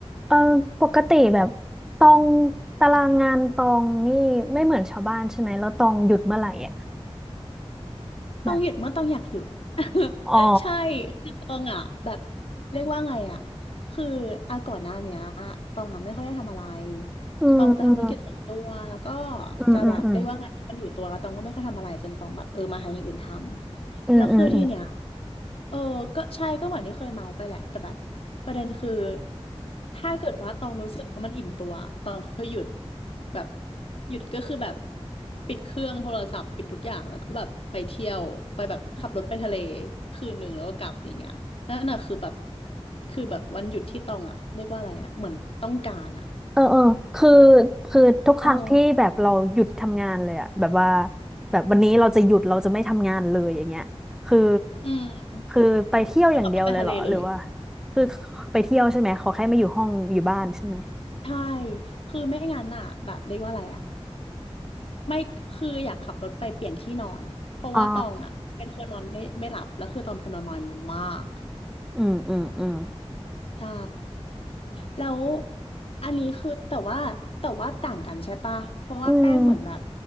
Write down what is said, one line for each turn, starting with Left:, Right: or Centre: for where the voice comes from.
Centre: เออปกติแบบตองตารางงานตองนี่ไม่เหมือนชาวบ้านใช่ไหมแล้วตองหยุดเมื่อไหร่อ่ะ
Left: ต้องหยุดเมื่อต้องอยากหยุด
Centre: แบบ
Left: <laughs>
Centre: อ๋อ
Left: ใช่คือตองอ่ะแบบเรียกว่าไงอ่ะคืออาก่อนหน้าเนี้ยตองอ่ะไม่ค่อยได้ทำอะไร
Centre: อืมอืม
Left: ตองจะทำธุรกิจส่วนตัวแล้วก็
Centre: อืมอืมอืม
Left: จะแบบเรียกว่าไงพอมันอยู่ตัวแล้วตองก็ไม่ค่อยทำอะไรจนตองแบบเออมาหาอย่างอื่นทำแล้วคือที่เนี้ย
Centre: อืมอืมอืม
Left: เออก็ใช่ก็เหมือนที่เคยเมาไปแหละแต่แบบประเด็นคือถ้าเกิดว่าตองรู้สึกว่ามันอิ่มตัวตองค่อยหยุดแบบหยุดก็คือแบบปิดเครื่องโทรศัพท์ปิดทุกอย่างแล้วก็แบบไปเที่ยวไปแบบขับรถไปทะเลคืนหนึ่งแล้วก็กลับอย่างเงี้ยนั่นน่ะคือแบบคือแบบวันหยุดที่ตองอะเรียกว่าอะไรอะเหมือนต้องการอะ
Centre: เออเออคือคือทุกครั้งที่แบบเราหยุดทำงานเลยอ่ะแบบว่า
Left: เออ
Centre: แบบวันนี้เราจะหยุดเราจะไม่ทำงานเลยอย่างเงี้ยคือ
Left: อืม
Centre: คือไปเที่ยวอย่างเดียวเลยเหรอหรือว่า
Left: คือขับรถไปทะเลเลย
Centre: คือไปเที่ยวใช่ไหมขอแค่ไม่อยู่ห้องอยู่บ้านใช่ไหม
Left: ใช่คือไม่งั้นอ่ะแบบเรียกว่าอะไรอ่ะ ไม่คืออยากขับรถไปเปลี่ยนที่นอนเพราะว่าตองอ่ะเป็นคนนอนไม่ไม่หลับแล้วคือตอนคนนอนน้อยมาก
Centre: อ๋ออืมอืมอืม
Left: ใช่แล้วอันนี้คือแต่ว่าแต่ว่าต่างกันใช่ปะเพราะว่าแป้งเหมือนแบบ
Centre: อืม